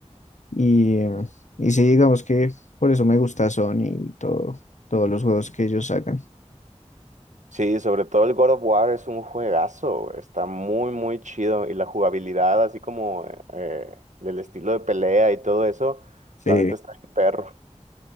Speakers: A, on the left; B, on the right.
A: Y, eh, y sí, digamos que por eso me gusta Sony y todo, todos los juegos que ellos sacan.
B: Sí, sobre todo el God of War es un juegazo, güey, está muy, muy chido y la jugabilidad, así como eh, eh, del estilo de pelea y todo eso,
A: Sí,
B: la neta está en perro.